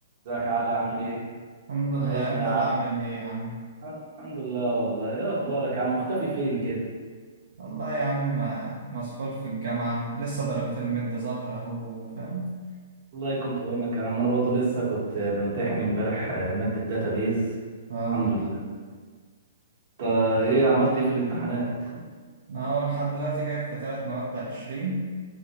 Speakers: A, on the right; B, on the right.
A: ازيك يا علي عامل ايه؟
B: الحمد لله
A: وحشني
B: انت
A: يا عم
B: اللي عامل ايه يا عم
A: ال- الحمد لله والله ايه اخبارك يا عم مختفي فين كده؟
B: والله يا عم آه، مسحول في الجامعة لسه درجات المد ظاهرة اهو فاهم
A: الله يكون في عونك يا عم انا برضه لسه كنت بمتحن امبارح آه، مادة داتابيز
B: اه
A: الحمد لله طب ايه عملت ايه في الامتحانات؟
B: انا هو لحد دلوقتي جايب في تلات مواد عشرين